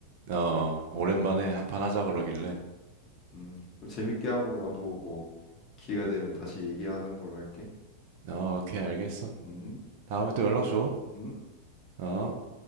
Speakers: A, on the right; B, on the left.
A: 어
B: 아,
A: 오랜만에 한판 하자 그러길래
B: 음. 그럼 재밌게 하고 나도 뭐 기회가 되면 다시 얘기하던 걸로 할게.
A: 어 오케이 알겠어
B: 음,
A: 다음에 또 연락 줘
B: 음.
A: 어